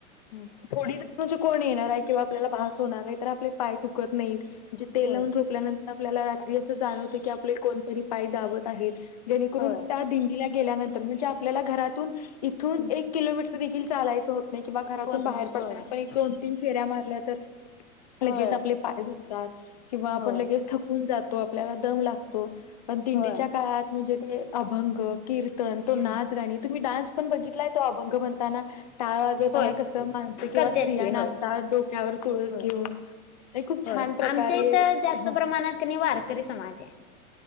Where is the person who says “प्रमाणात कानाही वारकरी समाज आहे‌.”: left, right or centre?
Left